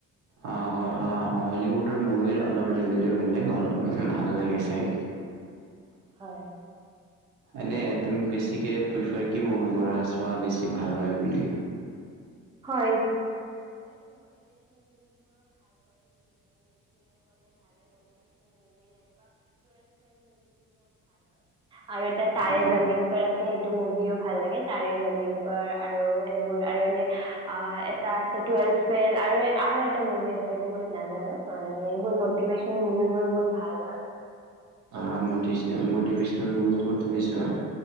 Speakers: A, on the right (about 80°); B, on the right (about 15°).
A: অ অ বলিউডৰ মুভিৰ অলপ লেবেলে বেলেগ অলপ ভাল লাগে চাই
B: হয়
A: এনে তুমি বেছিকে প্ৰফাৰ কি মভি কৰাছোৱা বেছি ভাল হয় বুলি
B: <unintelligible> আৰু এটা তাৰে
A: অ
B: জমিন প আছে সেই মভিয়ো ভাল লাগে তাৰে জামিন <inaudible> আৰু সেইবোৰ আৰু এনে আ এটা আছে টুৱেলভ ফেইল আৰু-আৰু এটা মুভি আছে সেইটো মই নাজানো এইবোৰ মটিভেশ্যনল মুভিবোৰ বহুত ভাল হয়।
A: অ মটিশনল-মটিভেশ্যনল মুভিবোৰ তুমি চোৱা